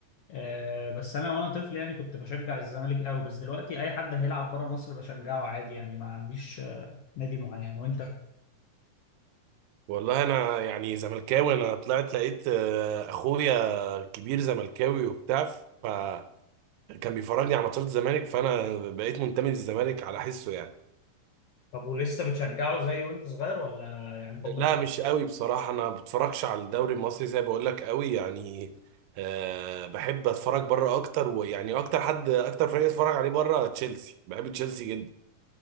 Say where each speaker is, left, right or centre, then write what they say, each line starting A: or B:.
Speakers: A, on the left; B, on the right.
A: آه، بس انا وانا طفل يعني كنت بشجع الزمالك قوي بس دلوقتي اي حد هيلعب بره مصر بشجعه عادي يعني ما عنديش آه، نادي معين وانت
B: والله انا يعني زملكاوي انا طلعت لقيت آه، اخويا كبير زملكاوي وبتاع فكان بيفرجني على ماتشات الزمالك فانا بقيت منتمي للزمالك على حسه يعني
A: طب ولسه بتشجعه زي وانت صغير ولا يعني حبك
B: لا مش قوي بصراحة انا ما بتفرجش على الدوري المصري زي ما بقول لك قوي يعني آه، بحب اتفرج بره اكتر ويعني اكتر حد اكتر فريق اتفرج عليه بره تشيلسي بحب تشيلسي جدا